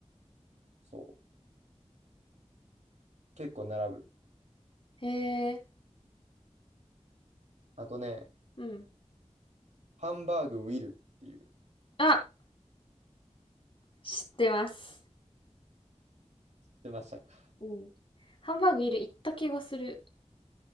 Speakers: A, on the right (about 75°); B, on the left (about 50°).
A: そう。結構並ぶ。
B: へえ。
A: あとね、
B: うん。
A: ハンバーグウィルっていう、
B: あ、知ってます。
A: 出ましたか
B: うん。ハンバーグウィル行った気がする。